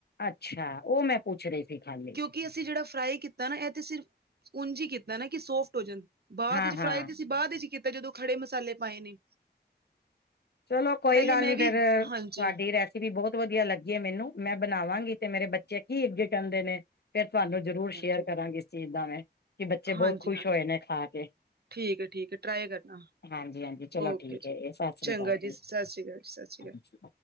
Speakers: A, on the left (about 70°); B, on the right (about 65°).
A: ਅੱਛਾ। ਉਹ ਮੈਂ ਪੁੱਛ ਰਹੀ ਸੀ ਖਾਲੀ।
B: ਕਿਉਂਕਿ ਅਸੀਂ ਜਿਹੜਾ ਫਰਾਈ ਕੀਤਾ ਨਾ ਇਹ ਤੇ ਸਿਰਫ ਉਝ ਹੀ ਕੀਤਾ ਨਾ ਕਿ ਸੋਫਟ ਹੋ ਜਾਣ, ਬਾਅਦ
A: ਹਾਂ
B: ਵਿੱਚ
A: ਹਾਂ
B: ਫਰਾਈ ਤੇ ਸੀ ਬਾਅਦ ਵਿੱਚ ਕੀਤਾ ਜਦੋਂ ਖੜੇ ਮਸਾਲੇ ਪਾਏ ਨੇ।
A: ਚਲੋ, ਕੋਈ
B: ਪਹਿਲੇ
A: ਗੱਲ
B: ਮੈਂ
A: ਨੀ
B: ਵੀ
A: ਫੇਰ ਤੁਹਾਡੀ
B: ਹਾਂਜੀ
A: ਰੈਸ ਵੀ ਬਹੁਤ ਵਧੀਆ ਲੱਗੀ ਐ ਮੈਨੂੰ, ਮੈਂ ਬਣਾਵਾਂਗੀ ਤੇ ਮੇਰੇ ਬੱਚੇ ਕੀ ਇਜਟ ਆਂਦੇ ਨੇ ਫੇਰ ਤੁਹਾਨੂੰ ਜ਼ਰੂਰ
B: ਹਾਂਜੀ
A: ਸ਼ੇਅਰ ਕਰਾਂਗੇ ਇਸ ਚੀਜ਼ ਦਾ ਮੈਂ। ਕਿ ਬੱਚੇ
B: ਹਾਂਜੀ-ਹਾਂਜੀ
A: ਬਹੁਤ ਖੁਸ਼ ਹੋਏ ਨੇ ਖਾ ਕੇ।
B: ਠੀਕ ਐ, ਠੀਕ ਐ ਟਰਾਈ ਕਰਨਾ
A: ਹਾਂਜੀ-ਹਾਂਜੀ ਚਲੋ
B: ਓਕੇ
A: ਠੀਕ।
B: ਜੀ।
A: ਇਹ ਸਤਿ ਸ੍ਰੀ
B: ਚੰਗਾ
A: ਅਕਾਲ ਜੀ
B: ਸਤਿ ਸ਼੍ਰੀ ਅਕਾਲ ਜੀ, ਸਤਿ ਸ਼੍ਰੀ
A: ਹਾਂਜੀ।
B: ਅਕਾਲ।